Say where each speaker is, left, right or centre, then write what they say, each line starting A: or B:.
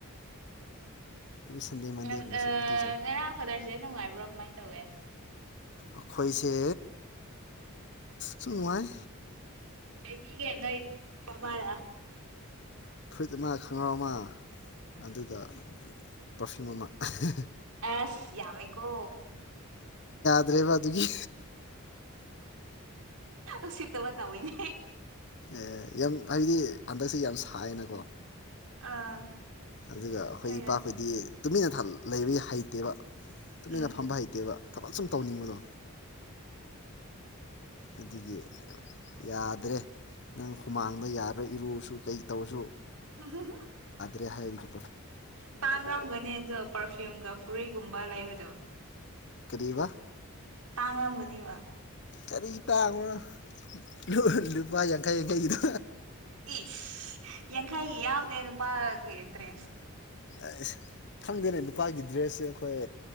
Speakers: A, on the left; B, on the right.
A: ꯑꯦꯕ꯭ꯔꯤ ꯁꯟꯗꯦ ꯃꯟꯗꯦꯒꯨꯝꯕꯁꯦ
B: ꯑꯥ ꯑꯥ
A: ꯎꯇꯤ ꯆꯥꯏ
B: ꯉꯔꯥꯡ ꯐꯗꯔꯁ ꯗꯦ ꯅꯨꯡꯉꯥꯏꯕ꯭ꯔꯣ ꯀꯃꯥꯏꯟ ꯇꯧꯋꯤ
A: ꯑꯈꯣꯏꯁꯦ ꯁꯨꯝ ꯅꯨꯡꯉꯥꯏ
B: ꯀꯩ ꯄꯤꯒꯦ ꯅꯣꯏ ꯕꯕꯥꯗ
A: ꯐꯨꯔꯤꯠ ꯑꯃ ꯈꯡꯒꯥꯎ ꯑꯃ ꯑꯗꯨꯒ ꯄꯥꯔꯐ꯭ꯌꯨꯝ ꯑꯃ ꯍꯦ ꯍꯦ
B: ꯑꯁ ꯌꯥꯝꯃꯤꯀꯣ
A: ꯗ꯭ꯔꯦꯕ ꯑꯗꯨꯒꯤ
B: ꯎꯁꯤꯠꯇꯕ ꯇꯧꯋꯤꯅꯦ
A: ꯑꯦ ꯌꯥꯝ ꯍꯥꯏꯗꯤ ꯍꯟꯗꯛꯁꯦ ꯌꯥꯝ ꯁꯥꯏꯅꯀꯣ
B: ꯑꯥ
A: ꯑꯗꯨꯒ ꯑꯈꯣꯏ
B: ꯍꯣꯏꯅꯦ
A: ꯏꯄꯥꯈꯣꯏꯗꯤ ꯇꯨꯃꯤꯟꯅ ꯊꯜ ꯂꯩꯕꯒꯤ ꯍꯩꯇꯦꯕ ꯇꯨꯃꯤꯟꯅ
B: ꯎꯝ
A: ꯐꯝꯕ ꯍꯩꯇꯦꯕ ꯊꯕꯛ ꯁꯨꯝ ꯇꯧꯅꯤꯡꯕꯗꯣ ꯑꯗꯨꯒꯤ ꯌꯥꯗ꯭ꯔꯦ ꯅꯪ ꯍꯨꯃꯥꯡꯗꯣ ꯌꯥꯔꯣꯏ ꯏꯔꯨꯁꯨ ꯀꯩ ꯇꯧꯔꯁꯨ
B: ꯍꯥ ꯍꯥ
A: ꯀꯔꯤ ꯍꯥꯏꯔꯤꯒꯦ
B: ꯇꯥꯡꯉꯝꯒꯅꯤ ꯑꯗꯣ ꯄꯔꯐ꯭ꯌꯨꯝꯒ ꯐꯨꯔꯤꯠꯒꯨꯝꯕ ꯂꯩꯕꯗꯣ
A: ꯀꯔꯤꯕꯥ
B: ꯇꯥꯡꯉꯝꯒꯅꯤ ꯕꯥ
A: ꯀꯔꯤ ꯇꯥꯡꯕꯅꯣ ꯂꯨ ꯂꯨꯄꯥ ꯌꯥꯡꯈꯩ ꯌꯥꯡꯈꯩꯒꯤꯗꯣ
B: ꯏꯁ ꯌꯥꯡꯈꯩꯒꯤ ꯌꯥꯎꯗꯦ ꯅꯨꯄꯥꯒꯤ ꯗ꯭ꯔꯦꯁ
A: ꯑꯁ ꯈꯪꯗꯦꯅꯦ ꯅꯨꯄꯥꯒꯤ ꯗ꯭ꯔꯦꯁꯁꯦ ꯑꯈꯣꯏ